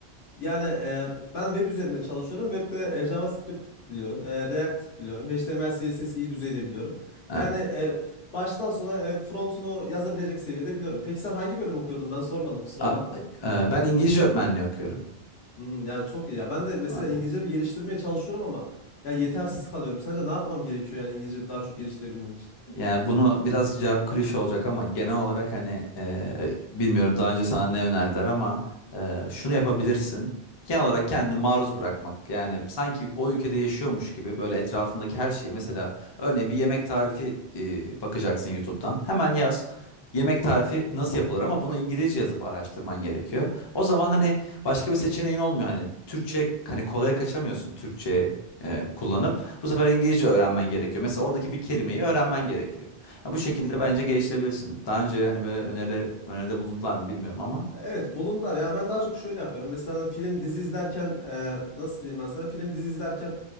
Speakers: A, on the left; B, on the left.
A: yani e, ben web üzerinde çalışıyorum webde e, JavaScript biliyorum e, React biliyorum HTML CSS iyi düzeyde biliyorum
B: Evet.
A: yani e, baştan sona e, frontunu yazabilecek seviyede biliyorum peki sen hangi bölüm okuyordun ben sormadım kusura
B: A-
A: bakma.
B: e, ben İngilizce öğretmenliği okuyorum.
A: Hmm, ya çok iyi ya. Ben de mesela
B: A-
A: İngilizcemi geliştirmeye çalışıyorum ama ya yetersiz kalıyorum. Sence ne yapmam gerekiyor yani İngilizcemi daha çok geliştirebilmem için?
B: Yani bunu biraz cevap klişe olacak ama genel olarak hani e, bilmiyorum daha önce sana ne önerdiler ama e, şunu yapabilirsin. genel olarak kendini maruz bırakmak. Yani sanki o ülkede yaşıyormuş gibi böyle etrafındaki her şeyi mesela örneğin bir yemek tarifi e, bakacaksın YouTube'dan. Hemen yaz. Yemek tarifi nasıl yapılır ama bunu İngilizce yazıp araştırman gerekiyor. O zaman hani başka bir seçeneğin olmuyor hani Türkçe hani kolaya kaçamıyorsun Türkçe e, kullanıp bu sefer İngilizce öğrenmen gerekiyor. Mesela oradaki bir kelimeyi öğrenmen gerekiyor. Ya bu şekilde
A: Hmm.
B: bence geliştirebilirsin. Daha önce hani böyle öneri öneride bulundular mı bilmiyorum ama
A: Evet bulundar ya ben daha çok şöyle yapıyorum. Mesela hani film dizi izlerken e, nasıl diyeyim ben sana film dizi izlerken